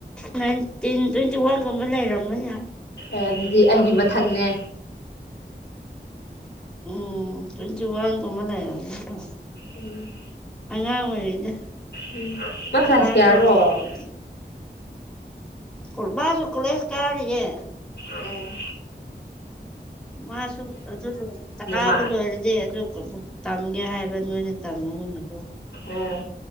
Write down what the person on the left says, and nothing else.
ꯑꯦ ꯑꯗꯨꯗꯤ ꯑꯩꯒꯤ ꯃꯊꯛꯅꯦ
ꯎꯝ
ꯎꯝ ꯃꯥ ꯀ꯭ꯂꯥꯁ
ꯀꯌꯥꯔꯣ
ꯎꯝ
ꯃꯥ
ꯑꯥ